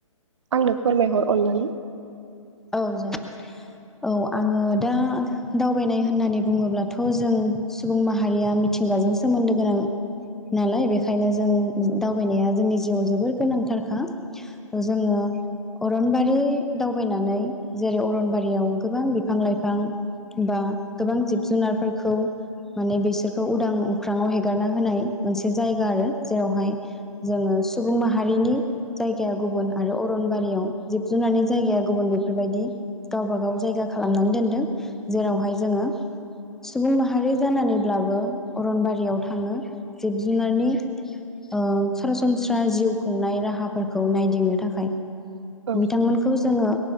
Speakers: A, on the right (about 55°); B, in the centre.
A: आंनो फोरमायहर अननानै।
B: औ जागोन औ आङो दा दावबायनाय होननानै बुङोब्लाथ' जों सुबुं माहारिया मिथिंगाजों सोमोन्दो गोनां नालाय बेखायनो जों दावबायनाया जोंनि जिउआव जोबोर गोनांथारखा। जोङो अरनबारि <unintelligible> दावबायनानै जेरै अरनबारियाव गोबां बिफां- लाइफां बा गोबां जिब जुनारफोरखौ माने बिसोरखौ उदां उख्रांआव हेगारना होनाय मोनसे जायगा आरो जेरावहाय जोङो सुबुं माहारिनि जायगाया गुबुन आरो अरनबारियाव जिब जुनारनि जायगाया गुबुन <unintelligible> बेफोरबायदि गावबा <unintelligible> जायगा खालामनानै दोनदों। जेरावहाय जोङो सुबुं माहारि जानानैब्लाबो अरनबारियाव थाङो जिब -जुनारनि ओ सरासनस्रा जिउ खुंनाय राहाफोरखौ नायदिंनो थाखाय
A: औ
B: बिथांमोनखौ जोङो